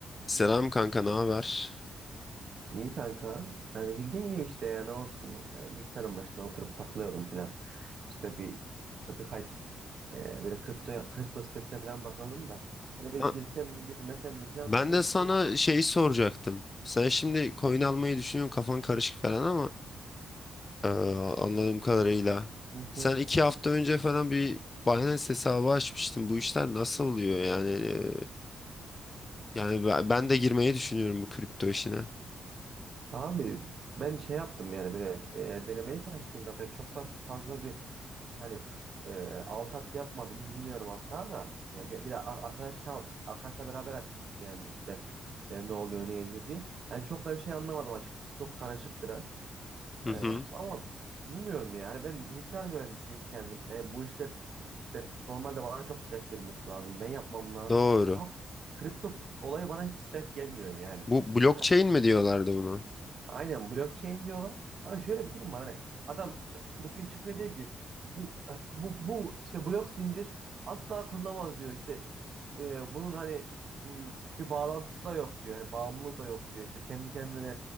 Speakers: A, on the left; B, on the right.
A: Selam kanka, ne haber?
B: İyi kanka. Yani bildiğin gibi işte ya ne olsun e, bilgisayarın başında oturup takılıyordum falan. İşte bir birkaç e, böyle kripto kripto sitesine falan bakıyordum da. Hani böyle
A: Ha,
B: girsem mi girmesem mi falan
A: Ben
B: pek
A: de sana
B: şey olmadı.
A: şeyi soracaktım. Sen şimdi coin almayı düşünüyorsun, kafan karışık falan ama eee, anladığım kadarıyla.
B: Hı
A: Sen
B: hı.
A: iki hafta önce falan bir Binance hesabı açmıştın. Bu işler nasıl oluyor yani? eee, Yani be- ben de girmeyi düşünüyorum bu kripto işine.
B: Abi ben şey yaptım yani böyle e, denemelik açtım zaten çok da fazla bir hani e, alt at yapmadım bilmiyorum hatta da. Yani bir, bir de ar- arkadaşla, arkadaşla beraber açmıştık yani işte e, ne oluyor ne ediyor diye. Yani çok da bir şey anlamadım açıkçası çok karışık biraz.
A: Hı
B: E,
A: hı.
B: valla bilmiyorum yani ben bilgisayar mühendisiyim kendim. E, bu işler işte normalde bana çok sıcak gelmesi lazım. Ben yapmam lazım.
A: Doğru.
B: Ama kripto olayı bana hiç sıcak gelmiyor yani.
A: Bu blockchain
B: Mesela
A: mi diyorlardı buna?
B: aynen blockchain diyorlar. Ama şöyle bir durum var hani adam bugün çıkıyor diyor ki bu bu bu işte blok zincir asla kırılamaz diyor. İşte e, bunun hani hmm, bir bağlantısı da yok diyor. Hani bağımlılığı da yok diyor. İşte kendi kendine